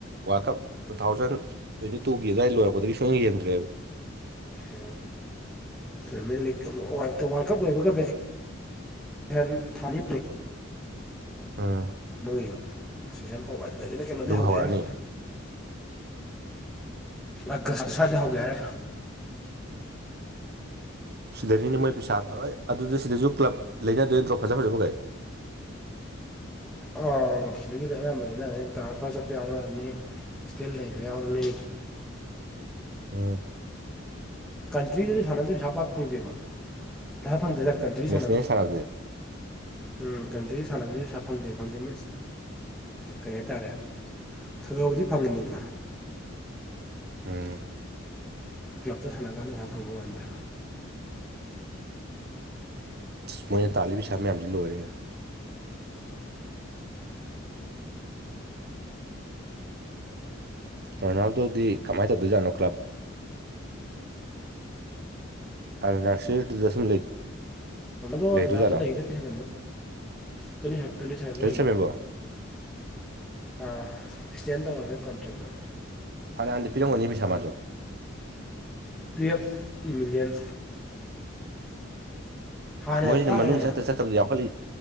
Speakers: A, on the right; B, in the centre.
A: world cup two thousand twenty ꯇꯨꯒꯤ ꯑꯗꯨꯋꯥꯏ ꯂꯣꯏꯔꯛꯄꯗꯒꯤ ꯁꯨꯡꯅ ꯌꯦꯦꯟꯗ꯭ꯔꯦꯕ
B: ꯑꯣ ꯐꯦꯃꯤꯂꯤ ꯂꯤꯛ ꯋꯥꯔꯜ ꯀꯞ ꯂꯣꯏꯕꯒ ꯕꯦꯦꯟ ꯊꯅꯤꯄꯦ
A: ꯎꯝ
B: ꯃꯨꯉꯌꯣ ꯁꯤꯖꯟ ꯑꯣꯕ ꯑꯗꯨꯗꯒꯤꯗꯤ ꯀꯩꯅꯣꯗꯤ
A: ꯑꯗꯨꯒ
B: ꯍꯧꯒꯦꯅꯤ
A: ꯍꯧꯔꯛꯑꯅꯤ
B: ꯑ ꯁꯥꯗ ꯍꯧꯒꯦꯔ
A: ꯁꯤꯗꯅꯤꯅꯦ ꯃꯣꯏ ꯄꯩꯁꯥ ꯐꯔꯣꯏ ꯑꯗꯨꯗ ꯁꯤꯗꯁꯨ ꯀ꯭ꯂꯕ ꯂꯩꯅꯗꯣꯏꯗ꯭ꯔꯣ ꯐꯖ ꯐꯖꯕ ꯀꯩ
B: ꯑꯪ ꯁꯤꯗꯒꯤꯗꯤ ꯑꯌꯥꯝꯕꯅꯤꯅꯅꯤ ꯇ꯭ꯔꯥꯟꯁꯐꯔ ꯆꯠꯄ ꯌꯥꯎꯅꯔꯅꯤ ꯏꯁꯇꯤꯜ ꯂꯩꯕ ꯌꯥꯎꯔꯅꯤ
A: ꯎ
B: ꯀꯟꯇ꯭ꯔꯤꯗꯗꯤ ꯁꯥꯟꯅꯗꯕ ꯏꯁꯥ ꯄꯥꯛ ꯐꯪꯗꯦꯕ ꯉꯁꯥ ꯐꯪꯖꯔꯀ ꯁꯅ
A: ꯅꯦꯁꯅꯦꯜ ꯁꯥꯟꯅꯕꯁꯦ
B: ꯎꯝ ꯀꯗ ꯁꯥꯟꯅꯕꯁꯤꯁꯨ ꯄ ꯏꯁꯥ ꯐꯪꯗꯦ ꯐꯪꯗꯦ ꯃꯤꯟꯁ ꯀꯩ ꯍꯥꯏꯇꯥꯔꯦ ꯊꯛꯒꯕꯨꯗꯤ ꯐꯪꯒꯟꯅꯤꯗ꯭ꯔ
A: ꯎꯝ
B: ꯀ꯭ꯂꯞꯇ ꯁꯥꯟꯅ ꯀꯥꯟꯗꯩꯥ ꯐꯪꯕ ꯀꯥꯟꯗ
A: ꯑ ꯃꯣꯏꯅ ꯇꯥꯜꯂꯤꯕ ꯄꯩꯥ ꯃꯌꯥꯝꯁꯤ ꯂꯣꯏꯔꯦ ꯔꯣꯅꯥꯜꯗꯣꯗꯤ ꯀꯃꯥꯏꯅ ꯇꯧꯗꯣꯏꯖꯥꯠꯅꯣ ꯀ꯭ꯂꯕ ꯑꯜ ꯅꯥꯁꯤꯔꯗꯨꯗ ꯁꯨꯝ
B: ꯃꯣ
A: ꯂꯩꯗꯣꯏꯖꯥꯠꯂꯣ
B: ꯑꯁꯨ ꯂꯩꯔ ꯄꯩꯁ ꯇ ꯍꯇꯅꯤ ꯁꯔꯕ
A: ꯂꯣꯏ
B: ꯂꯒꯦ
A: ꯆꯨꯝꯃꯦꯕꯣ
B: ꯑꯦꯛꯁꯇꯦꯟ ꯇꯧꯔꯅꯤꯣꯏ ꯀꯣꯟꯇ꯭ꯔꯦꯛꯇꯣ
A: ꯐꯅꯥꯟꯗ ꯄꯤꯔꯝꯒꯅꯤ ꯁꯥꯥꯃꯁꯨꯣ
B: ꯇꯨꯌꯦꯞ ꯃꯤꯂꯤꯌꯟ ꯍꯥꯟꯅ
A: ꯃꯣꯏꯁꯤꯅ
B: ꯌꯥꯝ ꯇꯥꯡꯉꯦꯅ
A: ꯃꯃꯤꯡ ꯆꯠꯇ ꯆꯠꯇꯕꯗꯈ